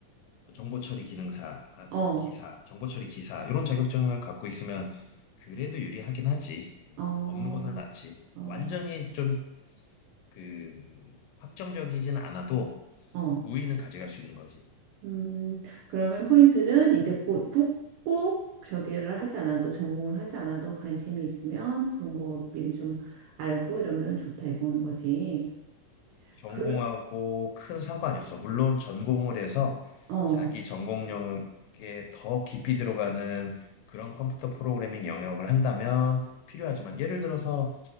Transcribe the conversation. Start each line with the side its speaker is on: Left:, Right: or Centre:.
Left: 정보 처리 기능사, 아,
Right: 어,
Left: 기사, 정보 처리 기사 이런 자격증을 갖고 있으면 그래도 유리하긴 하지. 예,
Right: 어,
Left: 없는 것보다 낫지.
Right: 어,
Left: 완전히 좀 그 확정적이진 않아도
Right: 어.
Left: 우위는 가져갈 수 있는 거지.
Right: 음, 그러면 포인트는 이제 곧 굳고 저기를 하지 않아도 전공을 하지 않아도 관심이 있으면 그런 거 미리 좀 알고 이러면 좋다 이건 거지.
Left: 전공하고
Right: 그,
Left: 큰 상관이 없어. 물론 전공을 해서
Right: 어,
Left: 자기 전공 영역에 더 깊이 들어가는 그런 컴퓨터 프로그래밍 영역을 한다면 필요하지만 예를 들어서